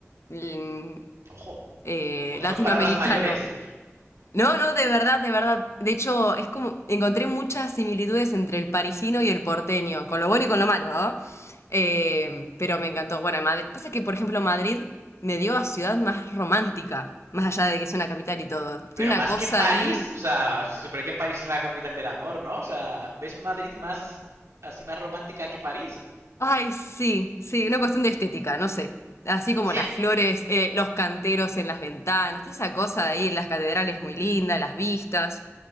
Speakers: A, on the left; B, on the right.
A: mm,
B: Ojo,
A: eh,
B: ojo,
A: latinoamericano.
B: son palabras mayores.
A: No, no, de verdad, de verdad. De hecho, es como encontré muchas similitudes entre el parisino y el porteño, con lo bueno y con lo malo, ¿no? Eh, pero me encantó. Bueno, en Madrid, pasa que, por ejemplo, Madrid me dio a ciudad más romántica, más allá de que es una capital y todo. Tiene
B: Pero más
A: una cosa
B: que París,
A: ahí.
B: o sea, se supone que París es la capital del amor, ¿no? O sea, ¿ves Madrid más así más romántica que París?
A: Ay, sí, sí, una cuestión de estética, no sé. Así como
B: Sí,
A: las flores, eh, los canteros en las ventanas, toda esa cosa de ahí, las catedrales muy lindas, las vistas.